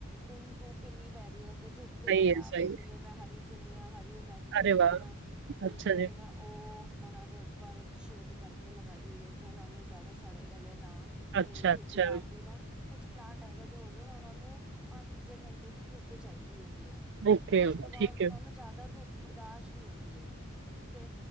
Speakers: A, in the centre; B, on the right.
A: ਹੂਨ ਦੁਪ ਇੰਨੀ ਪੈ ਰਹੀ ਹੈ। ਤੇ ਦੁੱਧ ਤੇ
B: ਸਹੀ
A: ਬਚਾਅ
B: ਹੈ ਸਹੀ
A: ਦੇ
B: ਹੈ।
A: ਲਈ ਮੈਂ ਹਰੀ ਚੁਨਿਆ ਹਰ ਤਗ ਨੈੱਟ ਦੀਆਂ
B: ਅਰੇ
A: ਚੁੰਨੀਆਂ
B: ਵਾਹ!
A: ਮਿਲਦੀਆਂ
B: ਅੱਛਾ ਜੀ
A: ਤੇ ਮੈਂ ਉਹ ਉਹਨਾਂ ਦੇ ਉੱਪਰ ਸ਼ੇਡ ਕਰਕੇ ਲਗਾਈ ਹੋਈ ਹੈ, ਕਿ ਉਹਨਾਂ ਨੂੰ ਜਿਆਦਾ ਸੜੇ ਗਲੇ ਨਾ।
B: ਅੱਛਾ-ਅੱਛਾ।
A: ਤੇ ਧੂਪ ਦਾਪ ਵੀ ਨਾ ਕੁਛ ਪਲਾਂਟ ਐਵੇਂ ਜ ਹੁੰਦੇ ਨੇ ਉਹਨਾਂ ਨੂੰ ਪੰਜ-ਛੇ, ਘੰਟੇ ਦੀ ਧੁਪ ਚਾਹੀਦੀ ਹੁੰਦੀ।
B: ਓਕੇ,
A: ਤੇ ਉਸ ਤੋਂ ਬਾਅਦ
B: ਠੀਕ
A: ਉਹ
B: ਐ।
A: ਨੂੰ ਜ਼ਿਆਦਾ ਧੂਪ ਬਰਦਾਸ ਨੀ ਹੁੰਦੀ ਹੈ, ਤੇ